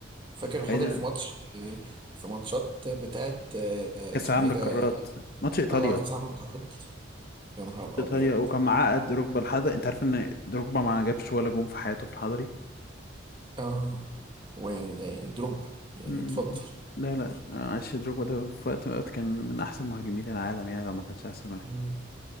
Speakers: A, on the right; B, on the left.
A: فاكر الحضري
B: ايه ده
A: في ماتش آه، في ماتشات بتاعت آه،
B: كاس
A: اسمه
B: العالم
A: ايه
B: للقارات
A: ده
B: ماتش ايطاليا
A: اه كاس عالم القارات يا نهار
B: ايطاليا
A: ابيض
B: وكان معقد دروجبا الحضري انت عارف ان دروجبا ما جابش ولا جون في حياته في الحضري
A: اه ويعني ده يعني دروجبا يعني
B: مم.
A: اتفضل
B: لا لا عاش دروجبا ده في وقت من الأوقات كان من احسن مهاجمين العالم يعني لو ما كانش احسن واحد
A: مم،